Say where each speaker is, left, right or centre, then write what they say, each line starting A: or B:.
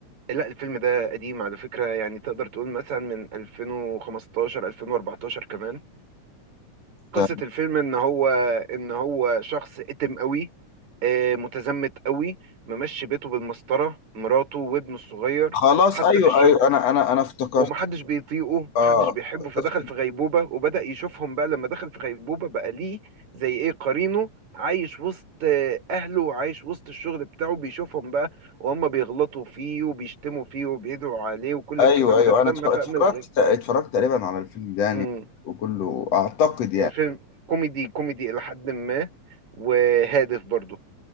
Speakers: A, on the right; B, on the left.
A: آه، لا الفيلم ده قديم على فكرة يعني تقدر تقول مثلا من 2015 2014 كمان قصة
B: ده
A: الفيلم ان هو ان هو شخص اتم قوي آه، متزمت قوي ممشي بيته بالمسطرة مراته وابنه الصغير
B: خلاص
A: حتى
B: ايوه
A: في الشغل
B: ايوه انا انا انا افتكرت
A: ومحدش بيطيقه محدش
B: اه
A: بيحبه
B: افتكرت
A: فدخل في غيبوبة وبدأ يشوفهم بقى لما دخل في غيبوبة بقى ليه زي ايه قرينه عايش وسط آه، أهله وعايش وسط الشغل بتاعه بيشوفهم بقى وهم بيغلطوا فيه وبيشتموا فيه وبيدعوا عليه وكل
B: ايوه
A: الكلام
B: ايوه
A: ده فلما
B: انا اتفرجت
A: فهم الغ...
B: اتفرجت تقريبا على الفيلم ده يعني
A: مم.
B: وكله اعتقد يعني
A: الفيلم كوميدي كوميدي إلى حد ما وهادف برضه